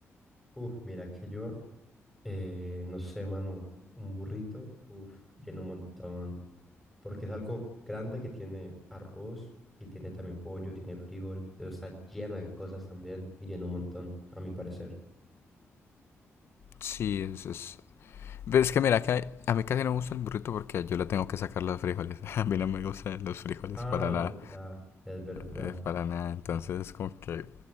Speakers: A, in the centre; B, on the left.
A: Uf, mira que yo, eh, no sé, mano, un burrito, uf, lleno un montón. Porque es algo grande que tiene arroz y tiene también pollo, tiene frijol, pero está lleno de cosas también y lleno un montón, a mi parecer.
B: Sí, es, es... Pero es que mira, que hay- a mí casi no me gusta el burrito porque yo le tengo que sacar los frijoles. <laughs> A mí no me gustan los frijoles
A: Ah,
B: para nada.
A: es verdad, es verdad.
B: eh, para nada. Entonces, como que,